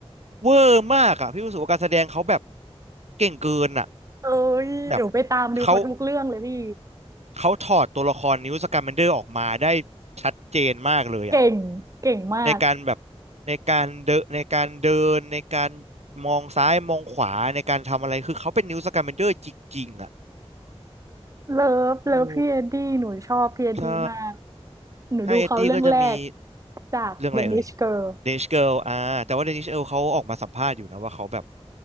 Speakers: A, on the right; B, on the right.
A: เวอร์มากอ่ะพี่รู้สึกว่าการแสดงเขาแบบเก่งเกินอ่ะ
B: เอ้ยหนูไปตามดูเขาทุกเรื่องเลยพี่
A: แบบเขา เขาถอดตัวละครนิวสแกมแมนเดอร์ออกมาได้ชัดเจนมากเลยอ่ะ
B: เก่งเก่งมาก
A: ในการแบบในการเดินในการเดินในการมองซ้ายมองขวาในการทำอะไรคือเขาเป็นนิวสกมแมนเดอร์จริงๆอ่ะ
B: เลิฟเลิฟพี่เอ็ดดี้หนูชอบพี่เอ็ดดี้มาก
A: โอ้ใช่
B: หนูดูเขาเรื่องแรก
A: ถ้าเอ็ดดี้ก็จะมี
B: จาก
A: เรื่องอะไรเอ่ย
B: Danish Girl
A: เดนิชเกิลอ่าแต่ว่าเดนิชเกิลเขาออกมาสัมภาษณ์อยู่นะว่าเขาแบบ